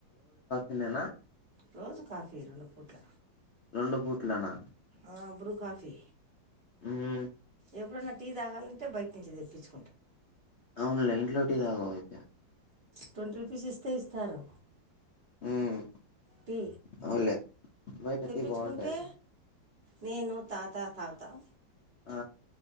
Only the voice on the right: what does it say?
రోజు కాఫీ రెండు పూట్ల
అ బ్రూ కాఫీ
ఎప్పుడన్నా టీ తాగాలంటే బయట నుంచి తెప్పించు
ట్వంటీ రూపీస్ ఇస్తే ఇస్తారు
టీ
తెప్పించుకుంటే
నేను తాత తాగుతాం